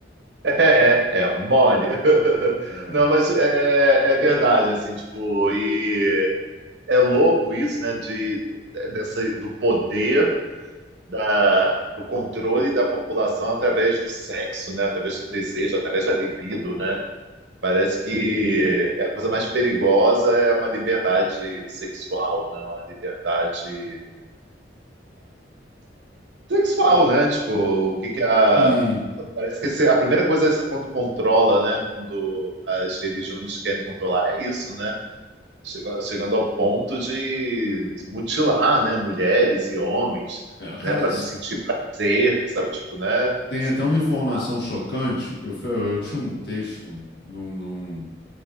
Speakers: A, on the right (about 75°); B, on the left (about 65°).
A: É, é, mole. <laughs>
B: É.
A: Não, mas é, é verdade, assim, tipo, e é louco isso, né, de, dessa, do poder, da, do controle da população através do sexo, né, através do desejo, através da libido, né? Parece que é a coisa mais perigosa é uma liberdade sexual, né, uma liberdade sexual, né? Tipo, o que que a.
B: Sim.
A: Parece que se- a primeira coisa é quando controla, né? Quando as religiões querem controlar, é isso, né? Chega- Chegando ao ponto de mutilar, né? Mulheres e homens,
B: É, cara,
A: né? Para
B: s-
A: não sentir prazer, sabe? Tipo, né?
B: tem
A: Isso
B: até
A: é muito.
B: uma informação chocante. Eu, fe- eu, eu tinha um texto de um, de um-